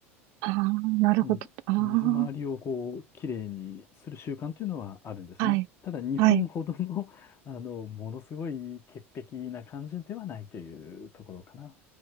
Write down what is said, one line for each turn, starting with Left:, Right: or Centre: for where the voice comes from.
Right: ああ、なるほど。
Left: うん。
Right: あ
Left: 水回りをこう、綺麗にする習慣というのはあるんですね。
Right: あ、はい。
Left: ただ、日本ほどの、
Right: はい。
Left: あの、ものすごい潔癖な感じではないというところかな。